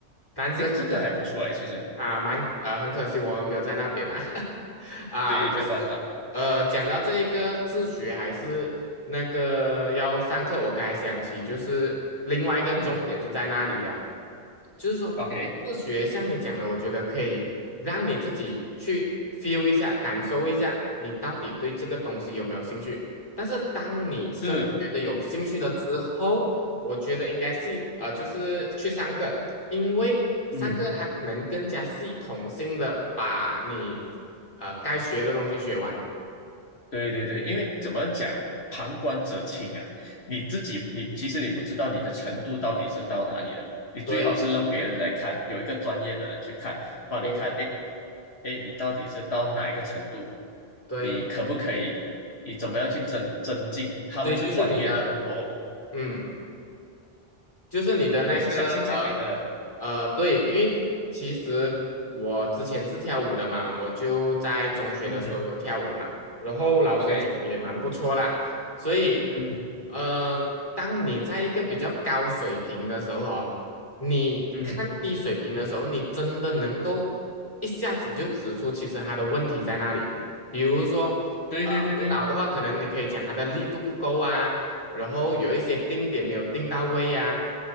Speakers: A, on the left (about 20°); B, on the left (about 75°).
A: 但是很可
B: <clears throat> 哎，这个还不错哎，其实
A: 啊，蛮呃很可惜我们没有在那边啊。<laughs> 啊，
B: 对，
A: 就是呃讲到这一个自学还是那个要上课，
B: 没有办法，
A: 我刚才想起就是另外一个重点是在那里了。
B: 嗯
A: 就是说，
B: ，OK，
A: 自学像你讲的，我觉得可以让你自己去 feel 一下，感受一下，你到底对这个东西有没有兴趣。但是当你真的觉得有兴趣了之后，
B: 是，
A: 我觉得应该是呃，就是去上课，因为上课它能更加系统性的把你呃该学的东西学完。
B: 嗯。对对对，因为怎么讲，旁观者清啊，你自己你其实你不知道你的程度到底是到哪里了，你最好是让别人来看，
A: 对
B: 有一个专业的人去看，帮你看，
A: 对
B: 哎哎，诶你到底是到哪一个程度，
A: 对，
B: 你可不可以，你怎么样去增增进？他们是专业的，
A: 所以就是你的
B: 我
A: 嗯。就是你的那个呃
B: 我是相信这一点的人。
A: 呃，对，因为其实我之前是跳舞的嘛，我就在中学的时候有跳舞嘛，
B: 嗯哼
A: 然后老实讲也蛮不错啦，
B: ，OK，
A: 所以
B: 嗯哼，
A: 呃，当你在一个比较高水平的时候哦，你看低水平的时候，
B: 嗯哼，
A: 你真的能够一下子就指出其实他的问题在哪里，比如说呃舞蹈的话，
B: 对对对对，
A: 可能你可以讲他的力度不够啊。然后有一些定点没有定到位呀、